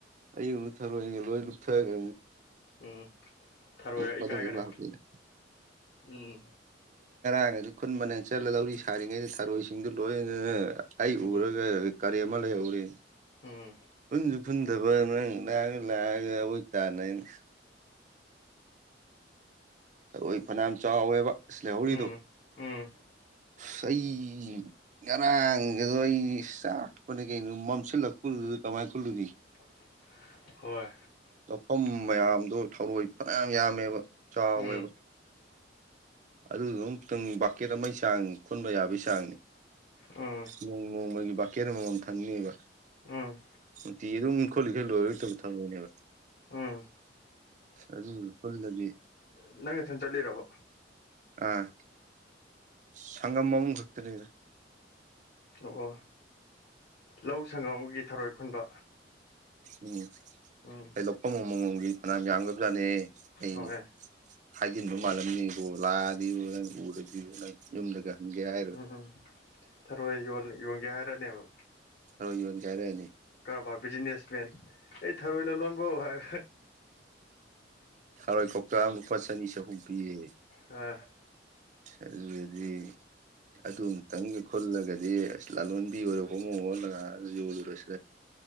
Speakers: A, on the right (about 40°); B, on the left (about 55°).
A: ꯑꯌꯨꯕꯨ ꯊꯔꯣꯏꯅꯤꯒ ꯂꯣꯏ ꯂꯨꯞꯊꯒ
B: ꯎꯝ ꯊꯔꯣꯏꯒ
A: ꯄ
B: ꯏꯀꯥꯏꯒꯔꯦꯕ
A: ꯑꯣꯏ ꯍꯥꯄꯤꯗ
B: ꯎꯝ
A: ꯑꯉꯥꯡ ꯈꯨꯟ ꯃꯅ ꯆꯠꯂ ꯂꯧꯔꯤ ꯁꯥꯔꯤꯉꯩꯗ ꯊꯔꯣꯏꯁꯤꯡꯗꯨ ꯂꯣꯏꯅ ꯑꯩ
B: ꯎꯝ
A: ꯎꯔꯒ ꯀꯔꯤ ꯃ ꯂꯩꯎꯔꯤ
B: ꯎꯝ
A: ꯈꯨꯟꯁꯨ ꯈꯨꯨꯟꯗꯕ ꯅꯪ ꯂꯥꯛꯑꯒ ꯂꯥꯛꯑꯒꯣꯏ ꯇꯥꯅꯅ ꯑ ꯐꯅꯌꯥꯝ ꯆꯥꯎꯋꯦꯕ ꯂꯩꯍꯧꯔꯤꯗꯨ
B: ꯎꯝ ꯎꯝ
A: ꯁꯩ ꯉꯔꯥꯡꯒꯗꯣ ꯑꯩ ꯆꯥꯛꯄꯅꯦ ꯀꯩꯅꯣ ꯃꯝꯁꯤꯜꯂꯛꯄꯗꯨꯗꯤ ꯀꯃꯥꯏꯅ ꯈꯨꯜꯂꯨꯗꯤ
B: ꯎꯝ ꯍꯣꯏ
A: ꯐꯝ ꯃꯌꯥꯝꯗꯣ ꯊꯧꯔꯣꯏ ꯐꯅꯌꯥꯝ ꯌꯥꯝꯃꯦꯕ ꯆꯥꯎꯋꯦꯕ
B: ꯎꯝ
A: ꯑꯗꯨꯗꯨ ꯑꯃꯨꯛꯇꯪ ꯕꯥꯀꯦꯠ ꯑꯃꯒꯤ ꯆꯥꯡ ꯈꯣꯟꯟꯕ ꯌꯥꯕꯒꯤ ꯆꯥꯡꯅꯤ
B: ꯎꯝ
A: ꯅꯣꯡ ꯅꯣꯡꯃꯒꯤ ꯕꯥꯀꯦꯠ ꯑꯃꯃꯝ ꯊꯝꯅꯤꯕ
B: ꯎꯝ
A: ꯅꯨꯡꯇꯤ ꯑꯗꯨꯝ ꯈꯣꯠꯂꯤꯈ ꯂꯣꯏꯔꯣꯏ ꯇꯧ ꯊꯝꯔꯣꯏꯅꯦꯕ
B: ꯎꯝ
A: ꯑꯗꯨ ꯐꯒꯗꯤ
B: ꯅꯪꯒꯤꯊꯟ ꯆꯠꯂꯤꯣꯔꯕ
A: ꯑꯥ ꯁꯪꯒꯝ ꯃꯃꯝ ꯛꯇꯇ ꯂꯩꯗꯦ
B: ꯑꯣ ꯂꯧ ꯁꯪꯉꯝꯒꯤ ꯊꯔꯣꯏ ꯈꯨꯟꯕ
A: ꯎꯝ
B: ꯎꯝ
A: ꯑꯩ ꯂꯧꯐꯝ ꯑꯃ ꯃꯃꯣꯝꯒꯤ ꯐꯅꯌꯥꯝ ꯌꯥꯝꯒꯕꯖꯥꯠꯅꯤ ꯑꯩ
B: ꯍꯣꯏ
A: ꯍꯥꯏꯖꯤꯟꯕ ꯃꯥꯜꯂꯝꯅꯤꯀꯣ ꯂꯥꯛꯑꯗꯤꯨ ꯅꯪ ꯎꯔꯗꯤꯨ ꯅꯪ ꯌꯨꯝꯗꯒ ꯍꯪꯒꯦ ꯍꯥꯏꯔꯣꯏ
B: ꯎꯝ ꯎꯝ ꯊꯔꯣꯏ ꯌ ꯌꯣꯟꯒꯦ ꯍꯥꯏꯔꯅꯦꯕ
A: ꯊꯔ ꯌꯣꯟ ꯀꯥꯏꯔꯛꯅꯤ
B: ꯀꯔꯕꯥ ꯕꯤꯖꯤꯅꯦꯁꯃꯦꯟ ꯑꯩ ꯊꯔꯣꯏ ꯂꯂꯣꯟꯕ ꯍꯥꯏ
A: ꯍꯔꯣꯏ ꯀꯇ ꯂꯨꯄꯥ ꯆꯅꯤ ꯆꯍꯨꯝ ꯄꯤꯌꯦ
B: ꯑ
A: ꯁꯗꯤ ꯑꯗꯨ ꯑꯃꯨꯛꯇꯪꯒ ꯈꯜꯂꯒꯗꯤ ꯑꯁ ꯂꯥꯂꯣꯟꯕꯤ ꯑꯣꯏꯔ ꯍꯣꯡꯃꯨ ꯍꯣꯜꯂꯒ ꯌꯣꯜꯨꯔꯁꯤ